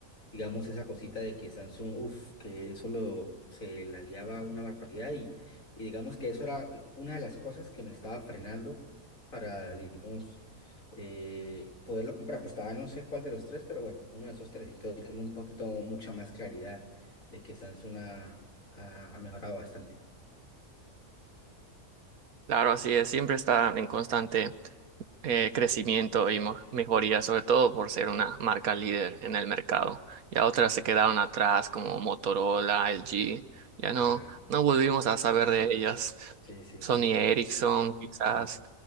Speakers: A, on the left; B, on the right.
A: digamos, esa cosita de que Samsung, uff, que eso lo, se la guiaba una barbaridad y, y digamos que eso era una de las cosas que me estaba frenando para, digamos, eh, poderlo comprar. Pues estaba no sé cuál de los tres, pero bueno, uno de esos tres. Entonces tengo un poquito, mucha más claridad de que Samsung ha, ha- ha mejorado bastante.
B: Claro, así es, siempre está en constante eh, crecimiento y mo- mejoría, sobre todo por ser una marca líder en el mercado. Ya otras se quedaron atrás como Motorola, LG, ya no,
A: Ajá,
B: no volvimos a saber de ellas.
A: sí, sí,
B: Sony
A: sí.
B: Ericsson, quizás